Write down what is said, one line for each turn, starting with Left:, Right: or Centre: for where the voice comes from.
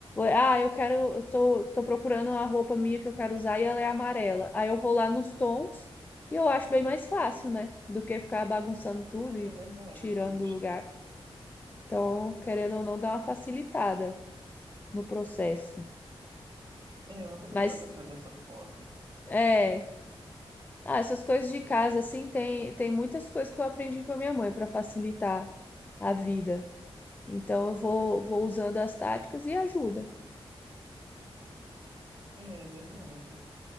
Left: ah, eu quero, eu tô, tô procurando a roupa minha que eu quero usar e ela é amarela. Aí eu vou lá nos tons e eu acho bem mais fácil, né? Do que ficar bagunçando tudo e
Right: É verdade,
Left: tirando
Right: justo.
Left: do lugar. Então, querendo ou não, dá uma facilitada no processo.
Right: É, eu nunca parei
Left: Mas
Right: pra pensar dessa forma.
Left: é, ah, essas coisas de casa assim, tem tem muitas coisas que eu aprendi com a minha mãe para facilitar a vida. Então eu vou, vou usando as táticas e ajuda.
Right: É é verdade.